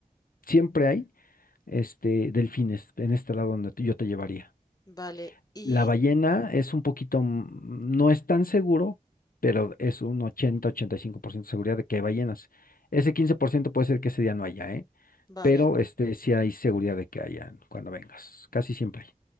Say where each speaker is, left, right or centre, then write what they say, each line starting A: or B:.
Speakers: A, on the left; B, on the left.
A: Siempre hay este delfines en este lado donde te- yo te llevaría.
B: Vale, y
A: La ballena es un poquito, mm, no es tan seguro, pero es un 80-85% de seguridad de que hay ballenas. Ese 15% puede ser que ese día no haya, ¿eh?
B: vale,
A: Pero este sí hay seguridad de que hayan cuando vengas. Casi siempre hay.